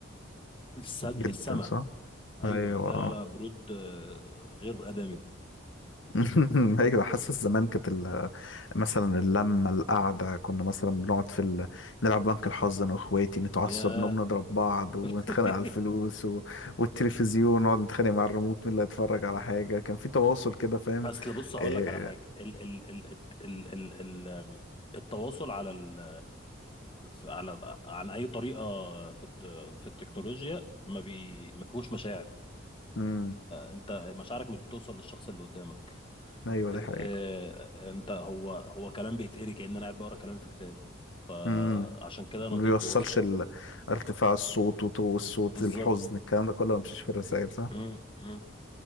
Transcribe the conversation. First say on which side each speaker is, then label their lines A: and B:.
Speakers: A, on the left (about 25°); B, on the left (about 70°).
A: للس-
B: جدا
A: للسما
B: صح
A: ايوه
B: ايوه
A: لا لا لا برود آه، غير ادمي
B: <laughs> ايوه حاسس زمان كانت ال- مثلا اللمه القعده كنا مثلا بنقعد في ال... نلعب بنك الحظ انا واخواتي نتعصب
A: ياه
B: نقوم نضرب بعض ونتخانق
A: <laughs>
B: على الفلوس و... والتلفزيون نقعد نتخانق مع الريموت مين اللي هيتفرج على حاجه كان في تواصل كده فاهم
A: اصل بص هقول
B: إيه...
A: لك على حاجه ال ال ال ال ال ال ال التواصل على ال على عن اي طريقه في الت- في التكنولوجيا ما بي ما فيهوش مشاعر
B: امم
A: انت مشاعرك مش بتوصل للشخص اللي قدامك
B: ايوه
A: ان-
B: دي حقيقه
A: آه، انت هو هو كلام بيتقري كأن انا قاعد بقرا كلام في كتاب فعشان
B: امم
A: كده انا
B: ما
A: ضده
B: بيوصلش
A: اصلا
B: ال... ارتفاع الصوت وطو الصوت
A: بالظبط
B: الحزن الكلام ده كله ما بيمشيش في الرسائل صح
A: مم، مم.